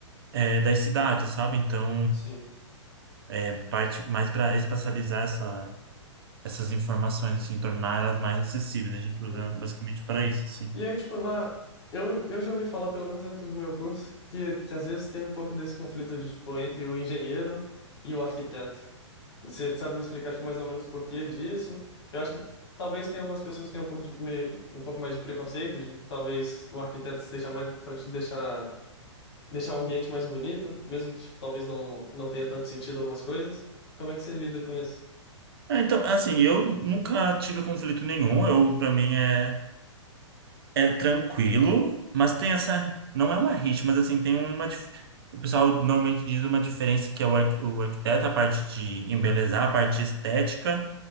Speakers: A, on the right (about 50°); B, on the left (about 55°).
A: é, das cidades, sabe? Então,
B: Sim.
A: é parte mais para espacializar essa, essas informações, assim, tornar elas mais acessíveis. A gente
B: Uhum.
A: usa basicamente para isso, assim.
B: E aí, tipo, na... eu, eu já ouvi falar, pelo menos dentro do meu curso, que, que às vezes tem um pouco desse conflito de, tipo, entre o engenheiro e o arquiteto. Você sabe me explicar, tipo, mais ou menos por que disso? Eu acho que talvez tenha algumas pessoas que tenham um pouco de, meio, um pouco mais de preconceito, de que talvez o arquiteto esteja mais para te deixar, deixar o ambiente mais bonito, mesmo que, tipo, talvez não, não tenha tanto sentido algumas coisas. Como é que você lida com isso?
A: É, então, assim, eu nunca tive conflito nenhum. Eu, para mim, é. é tranquilo, mas tem essa. Não é uma rixa, mas assim, tem uma. dif- O pessoal normalmente diz uma diferença que é o, arqu- o arquiteto, a parte de embelezar, a parte estética,